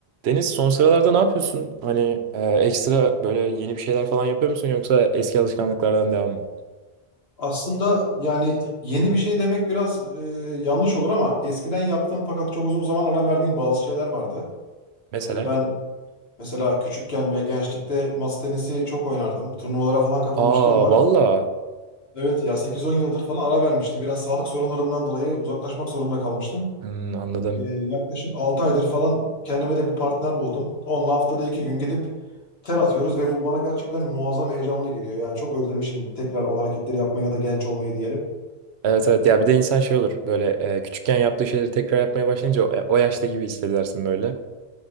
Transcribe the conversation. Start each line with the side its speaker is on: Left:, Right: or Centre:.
Right: Deniz son sıralarda ne yapıyorsun? Hani e, ekstra böyle yeni bir şeyler falan yapıyor musun yoksa eski alışkanlıklardan devam mı?
Left: Aslında yani yeni bir şey demek biraz e, yanlış olur ama eskiden yaptığım fakat çok uzun zaman ara verdiğim bazı şeyler vardı.
Right: Mesela?
Left: E, ben mesela küçükken ve gençlikte masa tenisi çok oynardım. Turnuvalara falan katılmışlığım
Right: Aa
Left: var.
Right: valla.
Left: Evet ya 8-10 yıldır falan ara vermiştim. Biraz sağlık sorunlarımdan dolayı uzaklaşmak zorunda kalmıştım.
Right: Hmm, anladım.
Left: E, yaklaşık 6 aydır falan kendime de bir partner buldum. Onunla haftada 2 gün gidip ter atıyoruz ve bu bana gerçekten muazzam heyecanlı geliyor. Yani çok özlemişim tekrar o hareketleri yapmaya ya da genç olmayı diyelim.
Right: Evet evet ya bir de insan şey olur böyle e, küçükken yaptığı şeyleri tekrar yapmaya başlayınca o, e, o yaşta gibi hissedersin böyle.